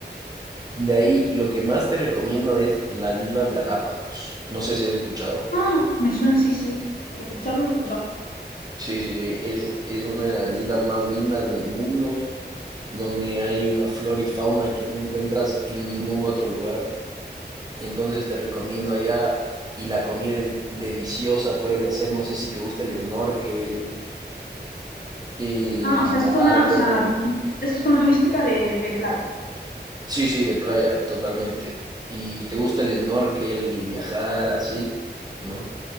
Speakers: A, on the right; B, on the left.
A: De ahí, lo que más te recomiendo es las Islas Galápagos. No sé si has escuchado.
B: Ah, me suena, sí, sí. Lo he escuchado, lo he escuchado.
A: Sí, sí, sí, es, es una de las islas más lindas del mundo. donde hay una flora y fauna que no encuentras en ningún otro lugar. Entonces te recomiendo allá y la comida es deliciosa, puedes hacer, no sé si te gusta el snorkel y
B: Ah, o sea,
A: nadar
B: es zona,
A: con...
B: o sea, es zona turística de, de playa.
A: Sí, sí, de playa, totalmente. ¿Y te gusta el snorkel, viajar así o no?